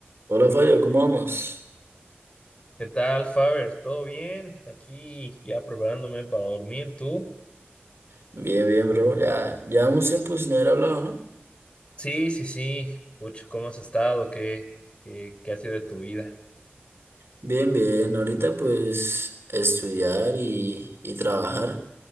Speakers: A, on the right; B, on the left.
A: Hola Fabio, ¿cómo vamos?
B: ¿Qué tal, Faber? ¿Todo bien? Aquí ya preparándome para dormir, ¿tú?
A: Bien, bien, bro. Ya llevamos tiempo sin haber hablado, ¿no?
B: Sí, sí, sí. Pucha, ¿cómo has estado? ¿Qué, qué, qué ha sido de tu vida?
A: Bien, bien. Ahorita pues estudiar y, y trabajar.